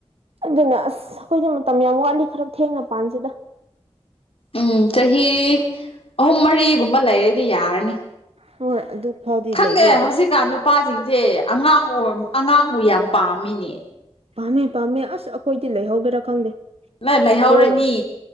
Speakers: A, on the right (about 65°); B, on the left (about 60°).
A: ꯑꯗꯨꯅ ꯑꯁ ꯑꯩꯈꯣꯏꯗꯤ ꯃꯇꯝ ꯌꯥꯝ ꯋꯥꯠꯂꯤ ꯈꯔ ꯊꯦꯡꯅ ꯄꯥꯟꯁꯤꯗ
B: ꯎꯝ ꯆꯍꯤ ꯑꯍꯨꯝ ꯃꯔꯤꯒꯨꯝꯕ ꯂꯩꯔꯗꯤ ꯌꯥꯔꯅꯤ
A: ꯍꯣꯏ ꯑꯗꯨ ꯐꯥꯎꯗꯤ
B: ꯈꯪꯗꯦ
A: ꯂꯩꯕ ꯌꯥꯏ
B: ꯍꯧꯖꯤꯛꯀꯥꯟ ꯅꯨꯄꯥꯁꯤꯡꯁꯦ ꯑꯉꯥꯡ ꯑꯣꯏ ꯑꯉꯥꯡꯕꯨ ꯌꯥꯝ ꯄꯥꯝꯃꯤꯅꯦ
A: ꯄꯥꯝꯃꯦ ꯄꯥꯝꯃꯦ ꯑꯁ ꯑꯩꯈꯣꯏꯗꯤ ꯂꯩꯍꯧꯒꯦꯔꯥ ꯈꯪꯗꯦ
B: ꯂꯣꯏ ꯂꯩꯍꯧꯔꯅꯤ
A: ꯑꯩꯈꯣꯏ